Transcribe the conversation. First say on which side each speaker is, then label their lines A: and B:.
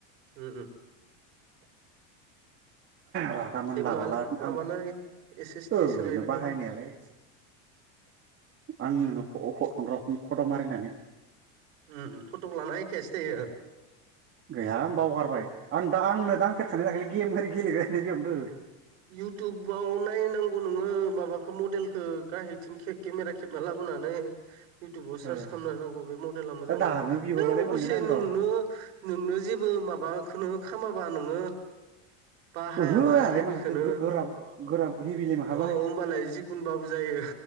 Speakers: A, on the right (about 80°); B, on the right (about 30°).
A: उम उम
B: रागा मोन
A: जेबो
B: लाबोला
A: नङालै माबानो
B: आं
A: हायो एस एस टि
B: ओरैनो
A: सोलायनो
B: बाहायनायालाय
A: हायो
B: आंनोंनो हट हरगोन र फट मारिनानै
A: उम फट' लाना एखायासो जायो
B: गैयां बावगारबाय आं दा आंनो दांफेरखानाय थाखायाखै गेम ओर गेग्रायनाय बेयावनोद
A: इउटुबाव नायनांगौ नोङो माबाखौ मडेलखौ गाह थिं केमेरा खेबना लाबोनानै इउटुबाव सार्च
B: आं
A: खालामना होनांगौ बे मडेला मोजां
B: दा
A: मोनो
B: दानो बिहरबालाय
A: है अबसे
B: मोनगोन आं
A: नोंनो
B: र'
A: नोंनो जेबो माबाखौनो खामाबा नोङो बाहायाबा
B: ओहो आंहालाय
A: हेभि,
B: माहाथो
A: नो
B: गोराब गोराब हेभिलाय माहा
A: होमबालाय जिखुनबाबो जायो।